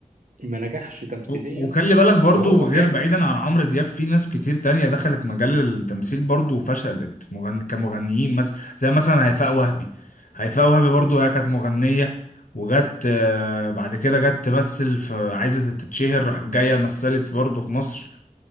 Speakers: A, on the right; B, on the left.
A: ما نجحش تمثيليا
B: و- وخلي بالك برضو
A: وهو
B: غير
A: جامد
B: بعيدا عن عمرو دياب في ناس كتير تانية دخلت مجال التمثيل برضو وفشلت مغن... كمغنيين مثلا زي مثلا هيفاء وهبي هيفاء وهبي برضو هي كانت مغنية وجت آه، بعد كده جت تمثل في عايزة تتشهر راحت جاية مثلت برضو في مصر